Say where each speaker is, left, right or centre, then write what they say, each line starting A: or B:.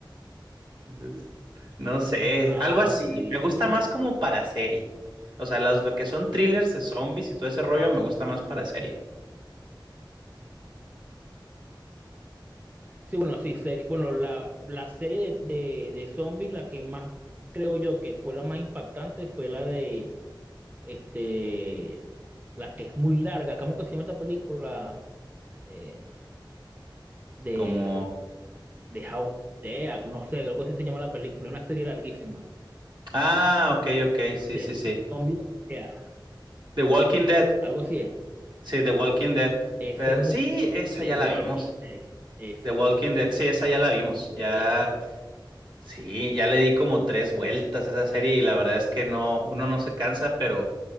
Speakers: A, on the right; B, on the right.
A: Entonces, no sé,
B: Ah,
A: algo así.
B: sí,
A: Me gusta
B: sí.
A: más como para serie. O sea, los- lo que son thrillers de zombies y todo ese rollo me gusta más para serie.
B: Sí, bueno, sí, serie, bueno, la, la serie de, de, de zombies, la que más creo yo que fue la más impactante fue la de Este, la que es muy larga, ¿cómo que se llama esta película? Eh, de,
A: Como
B: de House of Dead, no sé, algo así se llama la película, una serie larguísima,
A: Ah, ok, ok, sí,
B: de
A: sí, sí.
B: zombies, yeah,
A: The Walking Dead.
B: algo así es.
A: Sí, The Walking Dead.
B: Ese
A: Pero
B: es muy,
A: sí, esa
B: The
A: ya
B: Walking
A: la vimos.
B: Dead, exacto.
A: The Walking Dead, sí, esa ya la vimos. Ya,
B: Es-
A: sí, ya le di como tres vueltas a esa serie y la verdad es que no, uno no se cansa, pero